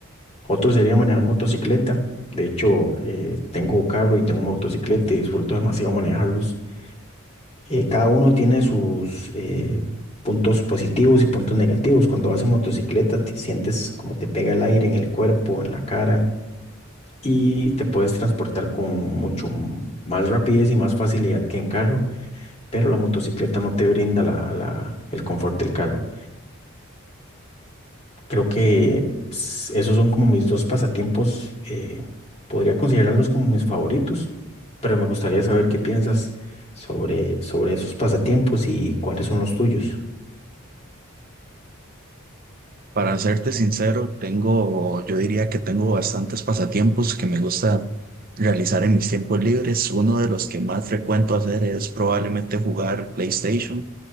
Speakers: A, on the left; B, on the right.
A: Otro sería manejar motocicleta. De hecho, eh, tengo carro y tengo motocicleta y disfruto demasiado manejarlos. Eh, cada uno tiene sus eh, puntos positivos y puntos negativos. Cuando vas en motocicleta, te sientes como te pega el aire en el cuerpo, en la cara y te puedes transportar con mucho m- más rapidez y más facilidad que en carro, pero la motocicleta no te brinda la, la- el confort del carro. Creo que ps, esos son como mis dos pasatiempos, eh, podría considerarlos como mis favoritos, pero me gustaría saber qué piensas sobre, sobre esos pasatiempos y cuáles son los tuyos.
B: Para serte sincero, tengo, yo diría que tengo bastantes pasatiempos que me gusta realizar en mis tiempos libres. Uno de los que más frecuento hacer es probablemente jugar PlayStation.